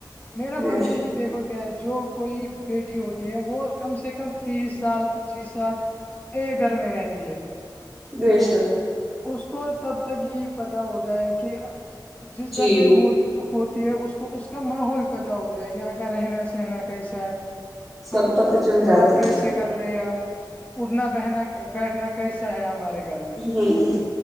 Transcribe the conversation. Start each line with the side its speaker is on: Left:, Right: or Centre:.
Left: میرا
Centre: بے
Left: ماننا
Centre: شک
Left: ہے کہ دیکھو کیا جو کوئی بیٹی ہوتی ہے وہ کم سے کم تیس سال پچیس سال ا گھر میں رہتی ہے
Centre: بیس
Left: اس کو تب تک یہ پتا ہوتا ہے کہ جس گھر
Centre: جی
Left: میں وہ ہوتی ہے اس کو اس کا ماحول پتا ہوتا ہے یہاں کا رہنا سہنا کیسا ہے
Centre: سب
Left: ہاں
Centre: پت
Left: مطلب
Centre: چل جاتا
Left: بعد
Centre: ہے
Left: کیسے
Centre: اسے
Left: کر رہے ہم اڑنا بہنا بیٹھنا کیسا ہے ہمارے گھر میں
Centre: ہوں